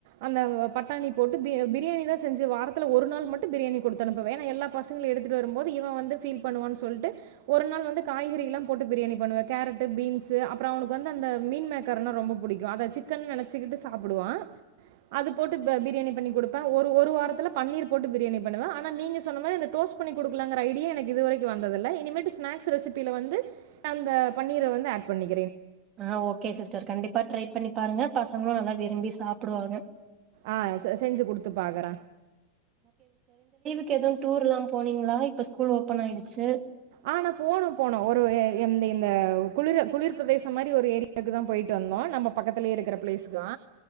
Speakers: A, on the right; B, on the right.
A: அந்த பட்டாணி போட்டு பி பிரியாணிதா செஞ்சு வாரத்துல ஒரு நாள் மட்டு பிரியாணி குடுத்து அனுப்புவ ஏன்னா எல்லா பசங்களு எடுத்துட்டு வரும்போது இவ வந்து ஃபீல் பண்ணுவான் சொல்ட்டு ஒரு நாள் வந்து காய்கறிலாம் போட்டு பிரியாணி பண்ணுவ கேரட்டு பீன்ஸ்ஸு அப்றோ அவனுக்கு வந்து அந்த மீன்மேக்கர்னா ரொம்ப புடிக்கு அத சிக்கன் நெனச்சுகிட்டு சாப்புடுவா அது போட்டு பிரியாணி பண்ணி குடுப்ப ஒர் ஒரு வாரத்துல பன்னீர் போட்டு பிரியாணி பண்ணுவ ஆனா நீங்க சொன்னா மாரி அந்த டோஸ்ட் பண்ணி குடுக்கலாங்குற ஐடியா எனக்கு இது வரிக்கு வந்ததில்ல இனிமேட்டு ஸ்நேக்ஸ் ரெசிபியில வந்து அந்த பன்னீர வந்து ஏட் பண்ணிக்
B: ஆ ஓகே சிஸ்டர் கண்டிப்பா ட்ரை பண்ணி பாருங்க பசங்களு நல்லா விரும்பி சாப்புடுவாங்க
A: ஆ செஞ்சு குடுத்து பாக்குற
B: க்கு எதுவு டூர்லாம் போனீங்களா இப்ப ஸ்கூல் ஓபன் ஆயிடுச்சு
A: ஆ நா போனோ போனோ ஒரு எந்த இந்த குளிரு குளிர் பிரதேசம் மாரி ஒரு ஏரியாவுக்குதா போயிட்டு வந்தோ நம்ப பக்கத்துலயே இருக்குற பிளேஸ்குதா